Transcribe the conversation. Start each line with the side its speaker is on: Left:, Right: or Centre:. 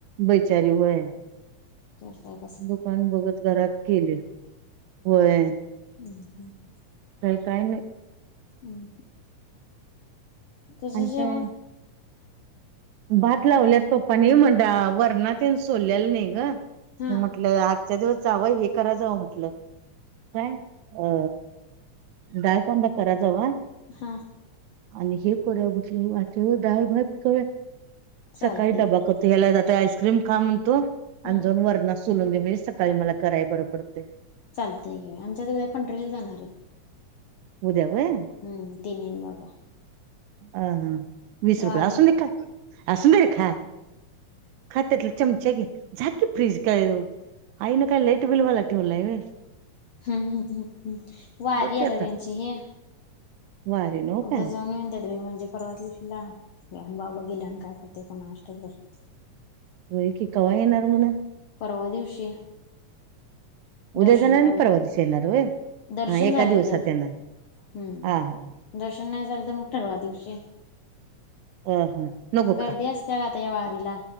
Right: बैचारी वय
Left: तर तर
Right: दुकान बगत घरात केलय होय.
Left: हम् हम्! !
Right: काय काय नइ
Left: हम्! तुज
Right: आणि
Left: जेवण!
Right: काय भात लावल्यात पप्पानी म डाळ वरणा तेन सोल्यालं नाइ ग
Left: हा
Right: म्हटलं आ! आच्या दिवस जावं हे करा जावं म्हटलं काय अ डाळ कांदा करा जावा
Left: हा
Right: आणि हे करुया म्हटलो आच्या दिव डाळ भात खव्या
Left: चालतय
Right: सकाळी डबा करतो हेला जात आईस्क्रीम खा म्हणतो आणि
Left: हा
Right: जऊन वरणा सुलून दे बाइ सकाळी मला कराय बरं पडतय.
Left: चालतय घे आमच्या उद्या पंढरील जाणारायत
Right: उद्या वय! !
Left: हम्म तिनीन बाबा
Right: अ हा वीस रुपया
Left: वारी
Right: असून देखा असून दे रे खा खा त्यातला चमचा घे झा की फ्रीज काय ऊ आई न काय लाईट बिल वाला ठेवलाय वय
Left: हम् ह् हम् हम् वारी
Right: बघ की
Left: आता तेंची ही
Right: वारीन हो
Left: उद्या
Right: का.
Left: जऊन युंद्यात बइ म्हणजे परवा दिवशी बाबा गेल्या आणि काय करतोय कोणास नाष्टक बाई!
Right: व्हय की वा येणार म्हण
Left: परवा दिवशी.
Right: उद्या
Left: दर्शन
Right: जाणार
Left: झाल
Right: आणि परवा
Left: तर.
Right: दिवशी येणार होय
Left: दर्शन
Right: हा एका
Left: झालं
Right: दिवसात
Left: तर.
Right: येणार
Left: हं.
Right: हा हा
Left: दर्शन नाही झालं तर मग परवा दिवशी.
Right: अ हां नको
Left: गर्दी
Right: खा.
Left: असत्या का आता या वारीला